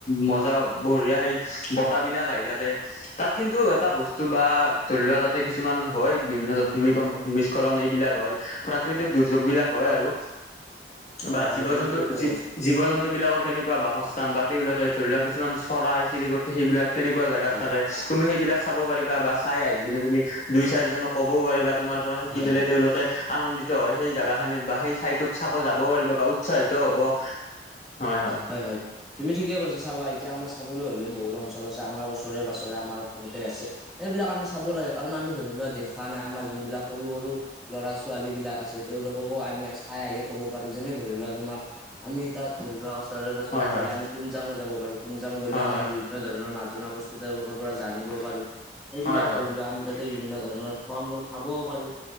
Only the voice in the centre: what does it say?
হয় হয়
তুমি ঠিকে কৈছা
হয়।
হয়
হয়
হয়-হয় তুমি ঠিকে কৈছা চাবা এতিয়া আমাৰ চাবলৈ হলে বহুত অঞ্চল আছে আমাৰ ওচৰে- পাছৰে আমাৰ অসমতে আছে। এইবিলাক আমি চাব লাগে কাৰণ আমি ধৰি লোৱা দেখা নাই আমাৰ যোনবিলাক সৰু- সৰু ল'ৰা- ছোৱালী বিলাক আছে তেওঁলোককো আমি চাই আহি ক'ব পাৰো যেনে ধৰি লোৱা তোমাৰ আমি তাত ধৰি লোৱা ওচৰে- পাচৰে
গ'লে আমি তুমজাংও যাব পাৰো তুমজাং গ'লে
আমাৰ তেনে ধৰণৰ নাজানা বস্তু তেওঁলোকৰ পৰা জানিব পাৰো সেইবিলাক
ধৰি লোৱা আমি যাতে বিভিন্ন ধৰণৰ ফল- মূল খাবওঁ পাৰো